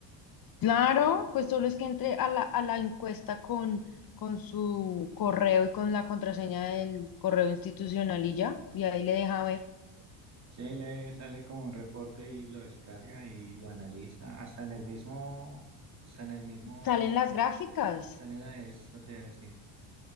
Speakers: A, on the left; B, on the right.
A: Claro, pues solo es que entre a la, a la encuesta con, con su correo y con la contraseña del correo institucional y ya, y ahí le deja ver.
B: Sí, le sale con un reporte y lo descarga y lo analiza. Hasta en el mismo, hasta en el mismo,
A: Salen las gráficas.
B: planeta eso te voy a decir.